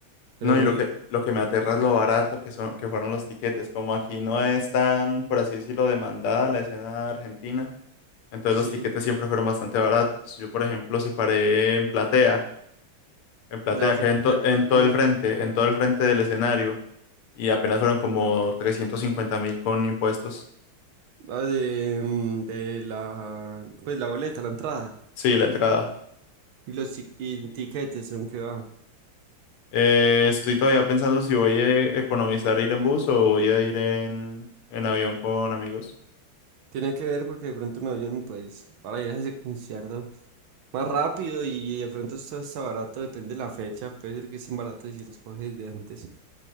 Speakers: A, on the right (about 75°); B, on the left (about 85°).
A: Pero
B: No,
A: muy.
B: y lo que, lo que me aterra es lo barato que son, que fueron los tiquetes. Como aquí no es tan, por así decirlo, demandada la escena argentina, entonces
A: Sí,
B: los tiquetes siempre fueron bastante baratos. Yo, por ejemplo, separé en platea, en platea,
A: la fiesta
B: que hay en, to-
A: de pronto
B: en todo
A: no.
B: el frente, en todo el frente del escenario. y apenas fueron como trescientos cincuenta mil con impuestos.
A: Ah, de, mm, de la, pues la boleta, la entrada
B: Sí, la entrada.
A: y los ti- y tiquetes, aunque va.
B: Eh, estoy todavía pensando si voy a economizar ir en bus o voy a ir en, en avión con amigos.
A: Tiene que ver porque de pronto un avión, pues, para ir a ese concierto más rápido y de pronto esto está barato, depende de la fecha, puede ser que estén baratos y si los coges de antes.